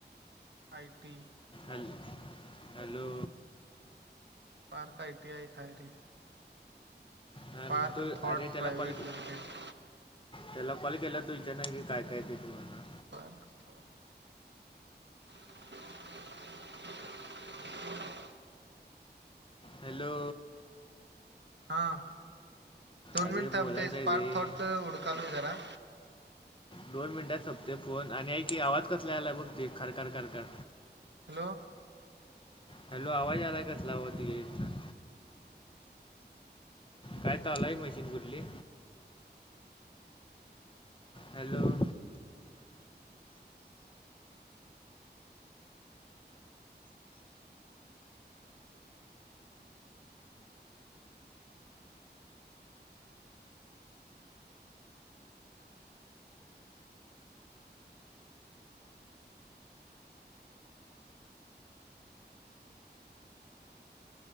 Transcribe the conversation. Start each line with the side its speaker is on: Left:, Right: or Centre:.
Right: आय टी
Left: अल् अलु
Right: फार कायटी आहे खय रे स्पार्क
Left: हां तू
Right: थॉट
Left: अरे त्याला
Right: प्रायवेट
Left: कॉल
Right: लिमिटेड
Left: त्याला कॉल केला तू विचार नाही कि काय काय ते तुम्हाला
Right: पार्क थॉट <inaudible>
Left: हॅलो
Right: हा दोन
Left: अरे
Right: मिनिटब
Left: बोलायचं आहे
Right: स्पार्क
Left: रे
Right: थॉट उडकालोय जरा
Left: दोन मिनिटात संोपते फोन आणि एक की आवाज कसला आला बघ ते खरखर खरख
Right: ह
Left: हॅलो आवाज आलाय कचलावत घ इथन काय चालू हाय मशीन कुठली. हॅलो!